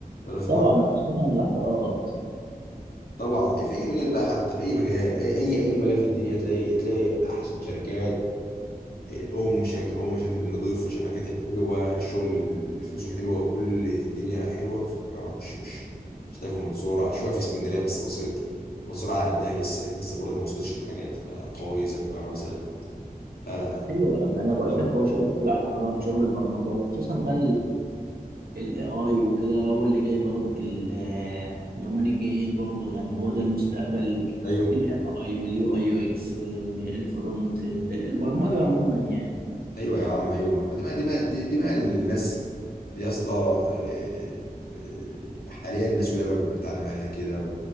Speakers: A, on the left (about 85°); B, on the right (about 80°).
A: انا في
B: طبعا
A: مره
B: خصوصا العقارات
A: طبعا أي- في اي مجال بقى حتى في اي مجال اي اي اي مجال في الدنيا تلاقي تلاقي احسن شركات الام شركات الام شركات النظيفه الشركات الحلوه الشغل اللي فلوسه حلوه وكل الدنيا حلوه في القاهره مش مش مش هتلاقي في المنصوره شويه في اسكندريه بس بسيط المنصوره على قدها لسه لسه برضه ما وصلتش لحاجات بقى قويه زي القاهره مثلا لا لا لا
B: ايوه ما انا بقول
A: <laughs>
B: لك هو شغل العقارات شغل البرمجه وخصوصا بقى الاي اي وكده هو اللي جاي برضو ال- اليومين الجايين برضو يعني
A: مم.
B: هو ده المستقبل
A: ايوه
B: الاي اي واليو اي يو اكس الفرونت ال- البرمجه عموما يعني
A: ايوه يا عم ايوه ما دي بقى دي بقى دي, دي بقى اللي الناس دي يا اسطى إيه، في- حاليا الناس كلها بتعلم عليها كده